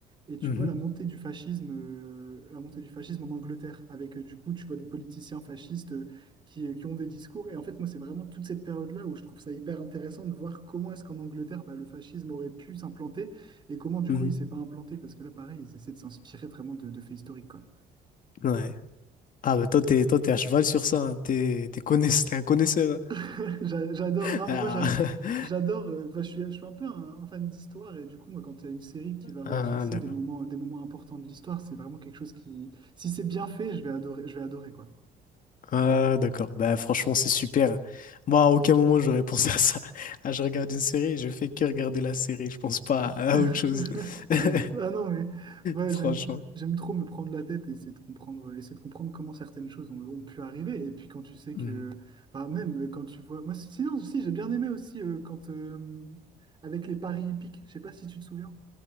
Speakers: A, on the right; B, on the left.
A: Et tu
B: mhm,
A: vois la montée du fascisme, euh, la montée du fascisme en Angleterre, avec euh, du coup, tu vois des politiciens fascistes euh, qui, euh, qui ont des discours. Et en fait, moi, c'est vraiment toute cette période-là où je trouve ça hyper intéressant de voir comment est-ce qu'en Angleterre, bah, le fascisme aurait pu s'implanter et comment, du
B: mhm,
A: coup, il s'est pas implanté. Parce que là, pareil, ils essaient de s'inspirer vraiment de, de faits historiques, quoi.
B: ouais. Ah, bah toi, t'es, toi, t'es à cheval sur ça, hein. T'es, t'es connaisse- t'es un connaisseur.
A: <laughs> J'a- J'adore.
B: hein.
A: Non,
B: Ah,
A: mais moi, j'a-
B: <laughs>
A: j'adore. euh, enfin, je suis, je suis un peu un, un fan d'histoire. Et du coup, moi, quand tu as une série qui va retracer
B: ah, d'accord.
A: des moments, des moments importants de l'histoire, c'est vraiment quelque chose qui, si c'est bien fait, je vais adorer, je vais adorer, quoi.
B: Ah, d'accord. Bah, franchement, c'est super. hein. Moi, à aucun moment, j'aurais pensé à ça. Ah, je regarde une série, je fais que regarder la série. Je pense pas à
A: <laughs>
B: autre chose. <laughs>
A: Ah non, mais ouais,
B: Franchement.
A: j'aime, j'aime trop me prendre la tête et essayer de comprendre, essayer de comprendre comment certaines choses ont, ont pu arriver. Et puis quand tu sais
B: Hmm.
A: que, enfin, même euh, quand tu vois, moi, sinon, si, j'ai bien aimé aussi euh, quand, euh, avec les paris hippiques, je sais pas si tu te souviens.